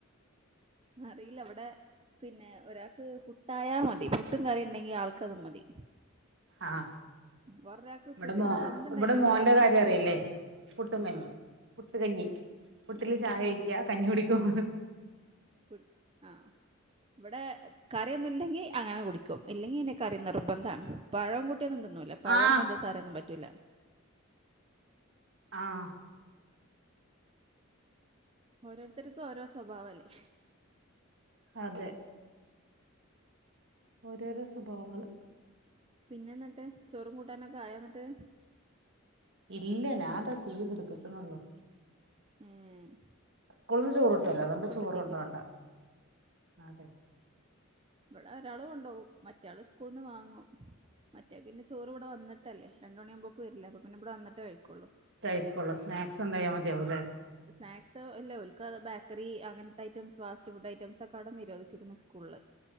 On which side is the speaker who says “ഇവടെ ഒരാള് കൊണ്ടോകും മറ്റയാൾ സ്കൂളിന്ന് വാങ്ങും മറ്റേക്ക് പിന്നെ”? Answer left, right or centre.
Right